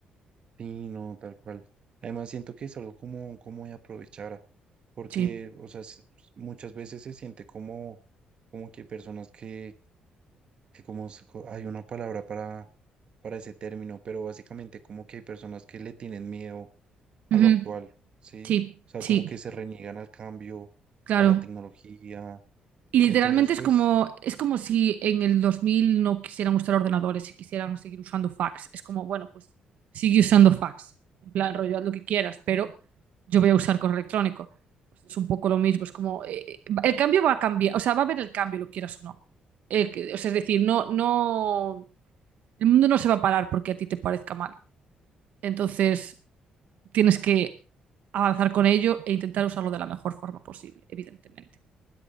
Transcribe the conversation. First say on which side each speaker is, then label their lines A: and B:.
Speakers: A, on the right; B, on the right.
A: Sí, no, tal cual. Además, siento que es algo como, como de aprovechar, porque,
B: Sí.
A: o sea, s- muchas veces se siente como, como que personas que, que como, se co- hay una palabra para, para ese término, pero básicamente como que hay personas que le tienen miedo a
B: Ujú.
A: lo actual, ¿sí?
B: Sí,
A: O sea,
B: sí,
A: como que se reniegan al cambio,
B: claro.
A: a la tecnología.
B: Y literalmente
A: Entonces,
B: es
A: pues,
B: como, es como si en el 2000 no quisieran usar ordenadores y quisieran seguir usando fax. Es como, bueno, pues sigue usando fax. En plan, rollo, haz lo que quieras, pero yo voy a usar correo electrónico. Pues es un poco lo mismo. Es como, eh, eh, el cambio va a cambiar, o sea, va a haber el cambio, lo quieras o no. Eh, que- o sea, es decir, no, no, el mundo no se va a parar porque a ti te parezca mal. Entonces, tienes que avanzar con ello e intentar usarlo de la mejor forma posible, evidentemente.